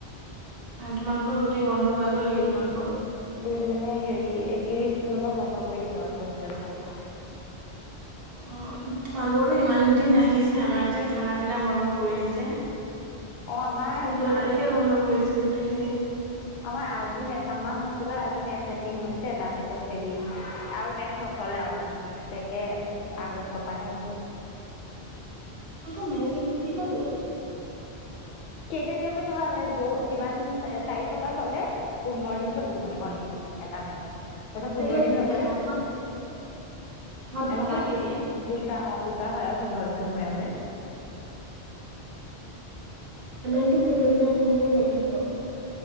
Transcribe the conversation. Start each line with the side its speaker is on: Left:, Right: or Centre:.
Right: তোমালোকৰ গোটেই বন্ধ হৈ গ'ল নেকি, তোমালোকৰ?
Left: বোৰ মানে হেৰি ত্ৰিশ জুনৰ পৰা বন্ধ। কৈ দিব আৰু হোষ্টেলচত।
Right: অ তোমালোকো ইমান দিন ৰাখিছে আমাৰ যে খানা পিনা বন্ধ কৰি দিছে।
Left: অ আমাৰ
Right: ষোল্ল
Left: আজ
Right: তাৰিখে বন্ধ কৰি দিছে গোটেইখিনি।
Left: আমাৰ আজি মে আমাৰ হোষ্টেলৰ আজি মে। চেনদিং হৈছে তাপিছত হেৰি আৰু মেচ নচলে আৰু মানে মিক্সেতেকে। আগষ্ট পাহে হ'ব।
Right: <inaudible> মে চনে কেইতা দিয়ে।
Left: কেইতা দিয়া বুলি নহয় মানে যৌ যিমান তাৰিখৰ পৰা চলে পোন্ধৰ দিন। চলিব মানে কন্টিনউ এটা মে তাৰপিছত পোন্ধৰ
Right: তাকে
Left: দিন হৈ গলে
Right: এমাহত দুটাকে
Left: এমাহত
Right: দিয়ে।
Left: দুটা অ দুটা হয় আৰু পোন্ধৰ দিনৰ মূৰে মূৰে।
Right: <inaudible> হেমেনটো কোনদিনা মৰমে গমান প।